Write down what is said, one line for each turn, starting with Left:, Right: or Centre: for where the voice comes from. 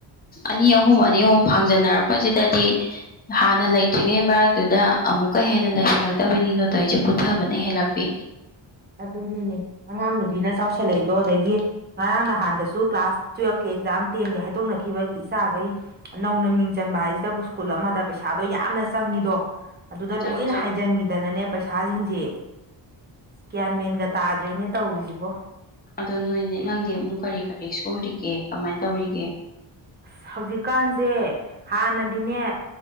Left: ꯑꯅꯤ ꯑꯍꯨꯝ ꯑꯅꯤ ꯑꯍꯨꯝ ꯐꯥꯡꯖꯟꯅꯔꯛꯄꯖꯤꯗꯗꯤ ꯍꯥꯟꯅ ꯂꯩꯇ꯭ꯔꯤꯉꯩ ꯃꯔꯛꯇꯨꯗ ꯑꯃꯨꯛꯀ ꯍꯦꯟꯅ ꯂꯩꯁꯤꯜꯂꯛꯇꯕꯅꯤꯗꯣ ꯇꯣꯢꯁꯦ ꯄꯨꯊꯕꯅꯤ ꯅ ꯍꯦꯜꯂꯛꯄꯤ
Right: ꯑꯗꯨꯅꯤꯅꯦ ꯑꯉꯥꯡ ꯅꯨꯕꯤꯅ ꯆꯥꯎꯁꯜꯂꯛꯏꯗꯣ ꯑꯗꯒꯤ ꯉꯔꯥꯡ ꯅꯍꯥꯟꯗꯁꯨ ꯀ꯭ꯂꯥꯁ ꯇꯨꯋꯦꯜꯐꯀꯤ ꯑꯦꯛꯖꯥꯝ ꯇꯦꯟꯒꯤ ꯍꯥꯏꯗꯣꯛꯅꯈꯤꯕꯒꯤ ꯏꯁꯥꯒꯩ ꯅꯧꯅ ꯃꯤꯡ ꯆꯟꯕ ꯍꯥꯏꯁꯤꯗꯕꯨ ꯁ꯭ꯀꯨꯜ ꯑꯃꯗ ꯄꯩꯁꯥꯗꯣ ꯌꯥꯝꯅ ꯆꯪꯉꯤꯗꯣ ꯑꯗꯨꯗ
Left: ꯆꯪꯉꯤ
Right: ꯂꯣꯏꯅ
Left: ꯆꯪꯉꯤ
Right: ꯍꯥꯏꯖꯟꯒꯤꯗꯅꯅꯦ ꯄꯩꯁꯥꯖꯤꯡꯖꯦ ꯒ꯭ꯌꯥꯟ ꯃꯦꯟꯒ ꯇꯥꯗ꯭ꯔꯦꯅꯦ ꯇꯧꯔꯤꯖꯤꯕꯣ
Left: ꯑꯗꯣ ꯅꯣꯏꯅꯦ ꯅꯪꯗꯤ ꯑꯃꯨꯛ ꯀꯔꯤ ꯀꯔꯤ ꯁꯨꯔꯤꯒꯦ ꯀꯃꯥꯏꯟ ꯇꯧꯔꯤꯒꯦ
Right: ꯑꯁ ꯍꯧꯖꯤꯛꯀꯥꯟꯁꯦ ꯍꯥꯟꯅꯗꯤꯅꯦ